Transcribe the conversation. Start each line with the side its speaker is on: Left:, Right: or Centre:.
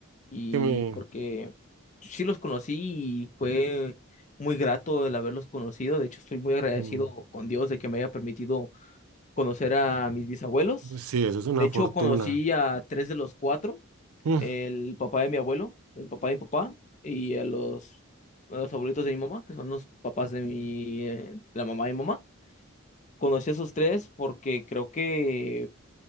Left: y
Right: Que me...
Left: porque sí los conocí y fue muy grato el haberlos conocido, de hecho estoy muy agradecido
Right: mm,
Left: con Dios de que me haya permitido conocer a mis bisabuelos.
Right: sí, eso es una
Left: De hecho,
Right: fortuna.
Left: conocí a tres de los cuatro
Right: Mm,
Left: el papá de mi abuelo, el papá de mi papá, y a los, a los abuelitos de mi mamá, que son los papás de mi, eh, de la mamá de mi mamá. Conocí a esos tres porque creo que